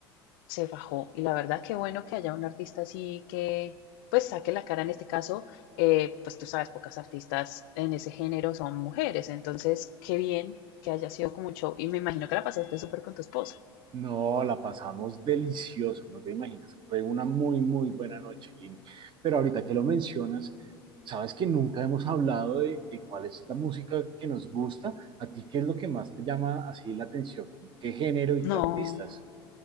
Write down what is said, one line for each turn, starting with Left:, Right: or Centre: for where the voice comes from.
Left: se fajó. Y la verdad, qué bueno que haya un artista así que, pues, saque la cara en este caso. eh, pues tú sabes, pocas artistas en ese género son mujeres. Entonces, qué bien que haya sido como un show. Y me imagino que la pasaste súper con tu esposa.
Right: No, la pasamos delicioso, no te imaginas. Fue una muy, muy buena noche, Lini. Pero ahorita que lo mencionas, sabes que nunca hemos hablado de, de cuál es la música que nos gusta. ¿A ti qué es lo que más te llama así la atención? ¿Qué género y
Left: No.
Right: qué artistas?